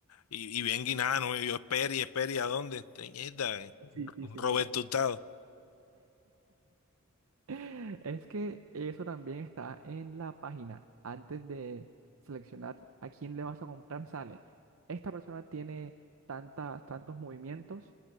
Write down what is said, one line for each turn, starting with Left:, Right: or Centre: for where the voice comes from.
Left: y, y bien guinano, y yo espere y espere, ¿y a dónde? Teñida, eh,
Right: sí, sí, sí,
Left: Roberto
Right: mira.
Left: Hurtado.
Right: Es que eso también está en la página. Antes de seleccionar a quién le vas a comprar, sale. Esta persona tiene tantas, tantos movimientos